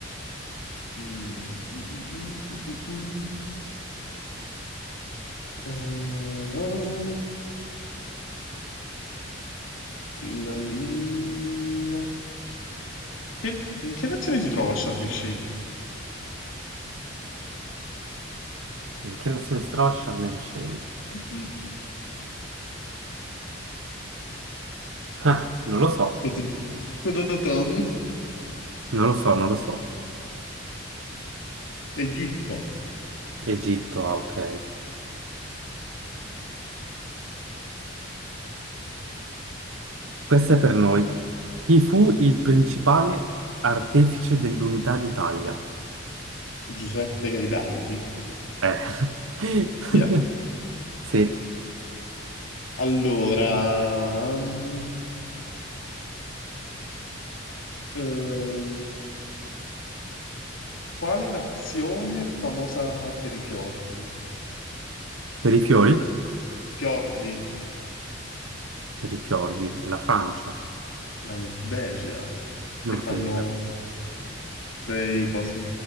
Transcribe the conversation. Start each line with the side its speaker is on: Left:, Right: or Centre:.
Left: mm, mm, mm, mm, mm, mm. Ah, la lilla... Che- In che nazione si trova Sharm el Sheikh?
Right: In che nazione si trova Sharm el Sheikh?
Left: Mm.
Right: Ah, non lo so,
Left: Ta-ta-ta-ta-tam.
Right: non lo so, non lo so.
Left: Egitto.
Right: Egitto, ah, ok. Questa è per noi. Chi fu il principale artefice dell'unità d'Italia?
Left: Giuseppe Garibaldi.
Right: Eh. <laughs>
Left: Via.
Right: Sì,
Left: Allora... mm, ehm, Quale nazione è famosa per i fiordi?
Right: per i fiori,
Left: Fiordi,
Right: per i fiordi, la Francia.
Left: la Norvegia,
Right: Norvegia.
Left: che fanno dei cosi...